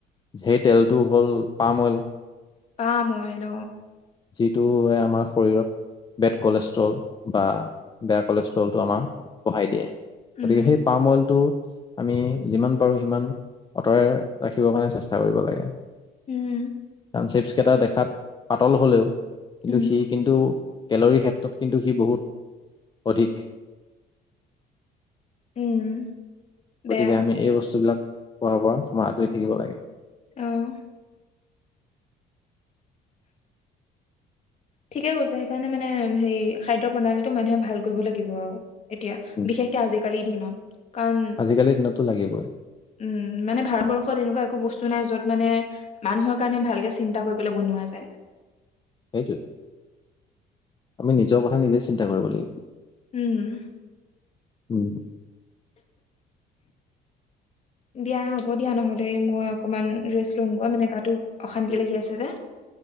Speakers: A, on the left; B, on the left.
A: সেই তেলটো হ'ল পাম অইল
B: পান অইল
A: এইটো আমাৰ শৰীৰত বেড কলেষ্ট্ৰল বা বেয়া কলেজ লটো আমাৰ বঢ়াই দিয়ে
B: উম,
A: গতিকে সেই পামলটো আমি যিমান পাৰো সিমান আঁতৰাই ৰাখিব কাৰণে চেষ্টা কৰিব লাগে
B: উম
A: চিপচ্ কেইটা দেখাত পাতল হ'লেও কিন্তু
B: উম,
A: সি কিন্তু কেলৰীৰ ক্ষেত্ৰত কিন্তু সি বহুত অধিক
B: উম, বেয়া,
A: গতিকে আমি এই বস্তুবিলাক খোৱা পৰা তোমাৰ আঁতৰি থাকিব লাগে
B: অঁ ঠিকে কৈছে সেইকাৰণে মানে হে খাদ্য প্ৰণালীটো মানুহে ভাল কৰিব লাগিব আৰু এতিয়া
A: উম,
B: বিশেষকে আজিকালি উম কাৰণ
A: আজিকালিৰ দিনততো লাগিবই
B: উম মানে ভাৰতবৰ্ষত এনেকুৱা একো বস্তু কিু নাই যত মানে মানুহৰ কাৰণে ভালকে চিন্তা কৰি পেলাই বনোৱা যায়
A: সেইটোও আমি নিজৰ কথা নিজে চিন্তা কৰিব লাগিব
B: উম
A: উম
B: দিয়া হ'ব দিয়া নহ'লে মই অকমান ৰেষ্ট লমগোৱা মানে গাটো অশান্তি লাগি আছে যে